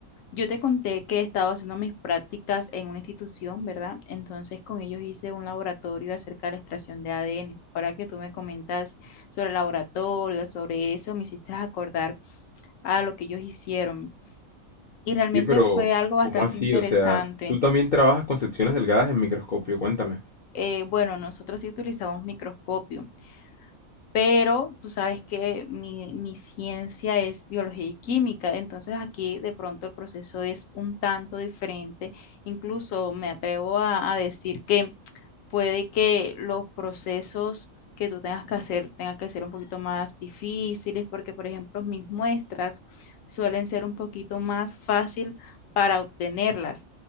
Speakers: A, on the left; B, on the left.
A: Yo te conté que he estado haciendo mis prácticas en una institución, ¿verdad? Entonces con ellos hice un laboratorio acerca de la extracción de ADN. Ahora que tú me comentas sobre el laboratorio, sobre eso, me hiciste acordar a lo que ellos hicieron. y realmente
B: Y pero,
A: fue algo bastante
B: ¿cómo así?
A: interesante.
B: O sea, tú también trabajas con secciones delgadas en microscopio. Cuéntame.
A: Eh, bueno, nosotros sí utilizamos microscopio, pero tú sabes que mi, mi ciencia es biología y química, entonces aquí de pronto el proceso es un tanto diferente. Incluso me atrevo a, a decir que puede que los procesos que tú tengas que hacer tengan que ser un poquito más difíciles, porque por ejemplo mis muestras suelen ser un poquito más fácil para obtenerlas.